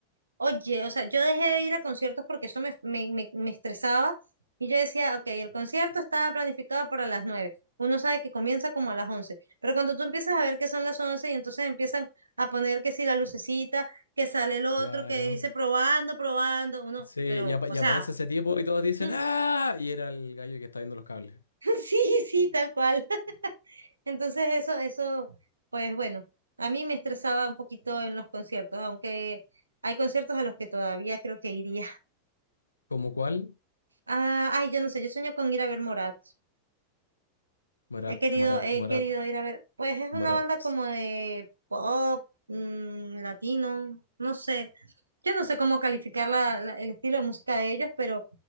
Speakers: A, on the right (about 80°); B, on the left (about 75°).
A: Oye, o sea, yo dejé de ir a conciertos porque eso me, me, me- me estresaba y yo decía, ok, el concierto estaba planificado para las nueve Uno sabe que comienza como a las once pero cuando tú empiezas a ver que son las 11 y entonces empiezan a poner que si la lucecita, que sale el otro,
B: Claro.
A: que dice probando, probando, uno,
B: Sí,
A: pero,
B: y, apa-
A: o
B: y
A: sea,
B: aparece ese tipo y todos dicen,
A: <laughs>
B: ¡ah! Y era el gallo que está viendo los cables.
A: sí, sí, tal cual. <laughs> Entonces eso, eso, pues bueno, a mí me estresaba un poquito en los conciertos, aunque hay conciertos a los que todavía creo que iría
B: ¿Como cuál?
A: Ah, ay, yo no sé, yo sueño con ir a ver Morat.
B: Morat,
A: He querido,
B: Morat,
A: he querido
B: Morat,
A: ir a ver. Pues es una
B: Morat.
A: banda como
B: Sí.
A: de pop, mm, latino, no sé. Yo no sé cómo calificar la- la- el estilo de música de ellos, pero